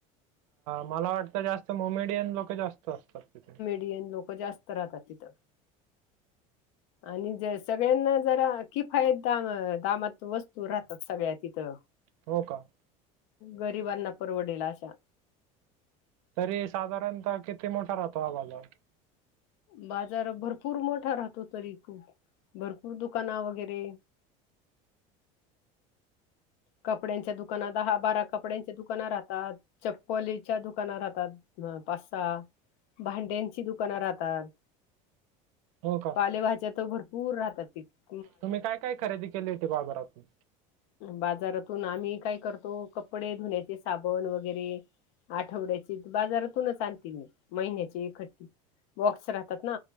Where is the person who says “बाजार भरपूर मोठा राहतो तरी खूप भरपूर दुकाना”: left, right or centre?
Left